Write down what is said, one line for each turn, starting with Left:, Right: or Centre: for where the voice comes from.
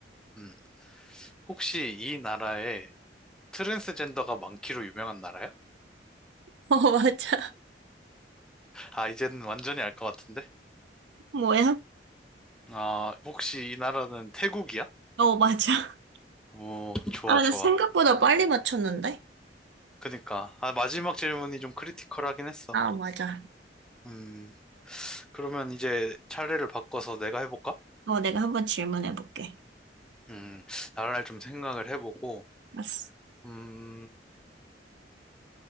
Centre: 음, 혹시 이 나라에 트랜스젠더가 많기로 유명한 나라야?
Right: <laughs> 어, 맞아.
Centre: 아, 이제는 완전히 알 것 같은데?
Right: 뭐야?
Centre: 아, 혹시 이 나라는 태국이야?
Right: 어, 맞아.
Centre: 오, 좋아,
Right: 아,
Centre: 좋아.
Right: 나 생각보다 빨리 맞췄는데?
Centre: 그니까. 아, 마지막 질문이 좀 크리티컬하긴 했어.
Right: 아, 맞아.
Centre: 음, 그러면 이제 차례를 바꿔서 내가 해볼까?
Right: 어, 내가 한번 질문해볼게.
Centre: 음, 나라를 좀 생각을 해보고,
Right: 알았어.
Centre: 음,